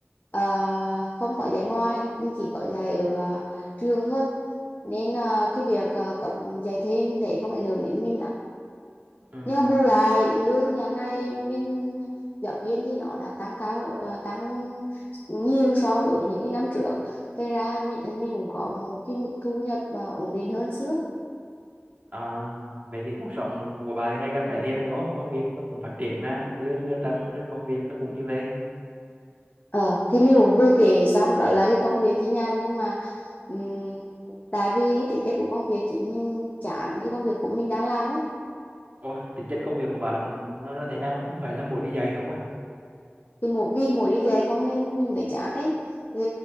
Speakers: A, on the left (about 45°); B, on the right (about 40°).
A: ờ, không có dạy ngoài mình chỉ có dạy ở ờ, trường thôi nên ờ, cái việc uh, cấm dạy thêm mình thấy không ảnh hưởng đến mình lắm
B: ừ
A: nhờ bù lại lương dạo này bên giáo viên thì nó đã tăng cao ờ, tăng nhiều so với những cái năm trước thế ra mình, mình cũng có một cái mức thu nhập ờ, ổn định hơn xưa
B: À, vậy thì cuộc sống của bà thì ngày càng cải thiện rồi đúng không? Công việc nó cũng phát triển mà, lương vừa tăng rồi công việc nó cũng như vậy.
A: Ờ, thì mình cũng vừa kể xong đó là cái công việc thì nhàn nhưng mà ừm, tại vì tính chất của công việc chính mình chán cái công việc của mình đang làm ấy
B: Ủa, tính chất công việc của bạn nó là thế nào? Không phải là mỗi đi dạy không à?
A: thì mỗi vì mỗi đi dạy không nên mình mới chán đấy thì